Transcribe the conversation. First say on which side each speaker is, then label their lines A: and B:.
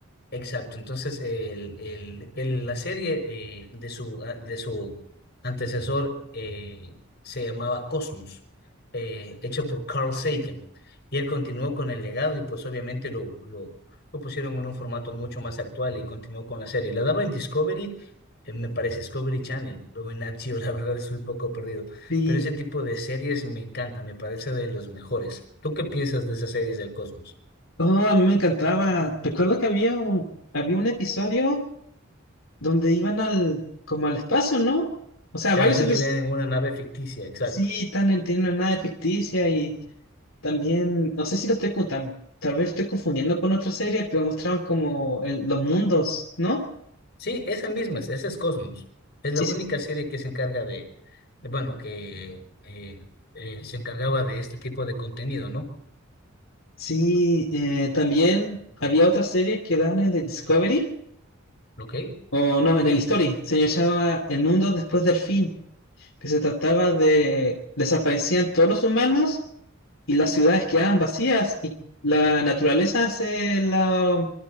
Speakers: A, on the left; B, on the left.
A: Exacto, entonces el, el- el- la serie eh, de su, a- de su antecesor eh, se llamaba Cosmos, eh, hecho por Carl Sagan, y él continuó con el legado y pues obviamente lo, lo, lo pusieron en un formato mucho más actual y continuó con la serie. La daba en Discovery, eh, me parece Discovery Channel, o en Nat Geo, <laughs> la verdad estoy un poco perdido,
B: Y,
A: pero ese tipo de series me encanta, me parece de los mejores. ¿Tú qué piensas de esas series del Cosmos?
B: oh, a mí me encantaba. Recuerdo que había un, había un episodio donde iban al, como al espacio, ¿no? O sea,
A: Claro,
B: varios
A: eso
B: episodios,
A: en una nave ficticia, exacto.
B: sí, tan en, tienen una nave ficticia y También, no sé si lo estoy cu- tam- tal vez lo estoy confundiendo con otra serie, pero mostraron como el- los mundos, ¿no?
A: Sí, esa misma, es- esa es Cosmos. Es la
B: Sí,
A: única
B: sí.
A: serie que se encarga de, de- bueno, que eh, eh, se encargaba de este tipo de contenido, ¿no?
B: Sí, eh, también había otra serie que daban en el Discovery,
A: ¿Ok?
B: o no, en el History, se llamaba El mundo después del fin, que se trataba de desaparecían todos los humanos y las ciudades quedaban vacías y la naturaleza se la